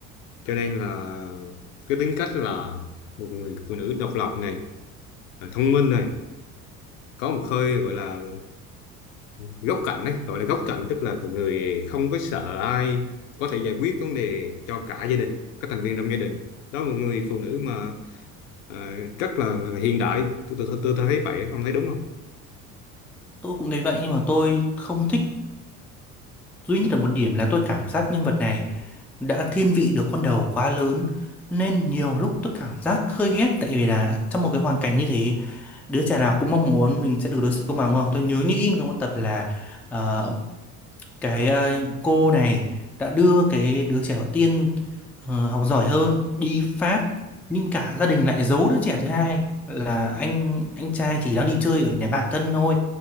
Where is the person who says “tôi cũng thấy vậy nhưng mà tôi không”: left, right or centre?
Centre